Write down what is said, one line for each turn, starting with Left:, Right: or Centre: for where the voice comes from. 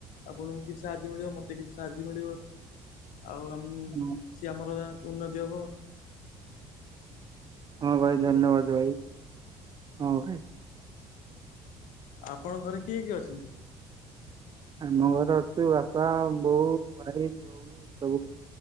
Left: ଆପଣଙ୍କୁ କିଛି ସାହାଯ୍ୟ ମିଳିବ ମତେ କିଛି ସାହାଯ୍ୟ ମିଳିବ ଆଉ ଆମ ଉଁ
Right: ହଁ
Left: କିଛି ଆମର ଉନ୍ନତି ହବ।
Right: ହଁ ଭାଇ
Left: ଠିକ
Right: ଧନ୍ୟବାଦ
Left: ଅଛି
Right: ଭାଇ ହଁ ଭାଇ।
Left: ଆପଣଙ୍କ ଘରେ କିଏ କିଏ ଅଛନ୍ତି।
Right: ଆମ ଘରେ ଅଛୁ ବାପା ବୋଉ ଭାଇ ଭଉଣୀ ସବୁ ଅଛୁ।